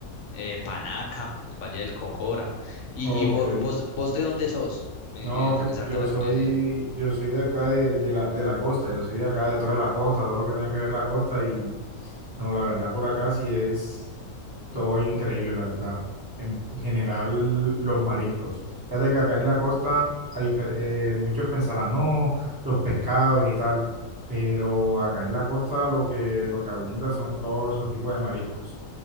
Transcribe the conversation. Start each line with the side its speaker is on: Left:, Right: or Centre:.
Left: eh, Panaca, el Valle del Cocora. ¿Y,
Right: Ok.
Left: y vo- vos, vos, de dónde sos? Me,
Right: No,
Left: me, me salta
Right: yo
Left: la
Right: soy,
Left: curiosidad.
Right: yo soy de acá de, de la, de la costa, yo soy de acá de toda la costa, todo lo que tiene que ver la costa y No, la verdad, por acá sí es todo increíble, la verdad. En general, los mariscos. Fíjate que acá en la costa, a difer- eh, muchos pensarán, no, los pescados y tal, pero acá en la costa lo que, lo que abunda son todos esos tipos de mariscos,